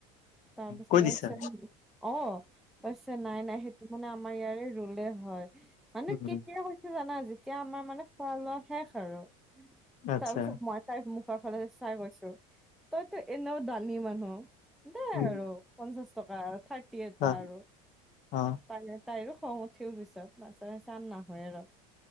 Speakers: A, in the centre; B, on the left.
A: তাৰপিছত
B: কৈ দিছা
A: অ', কছে নাই-নাই সেইটো মানে আমাৰ ইয়াৰে ৰুলে হয় মানে
B: উম
A: কেতিয়া জানা যেতিয়া আমাৰ মানে খোৱা লোৱা শেষ আৰু।
B: আচ্ছা
A: তাৰপিছত মই তাৰ মুখৰ ফালে চাই কৈছোঁ, তইতো এনেও দানি মানুহ দেই
B: উম
A: আৰু পঞ্চাশ টকা থাৰ্টি এটা
B: অ
A: আৰু।
B: অ
A: তেতিয়া তাইৰো খং উঠিল পিছত <unintelligible> নাহুৱে ৰ।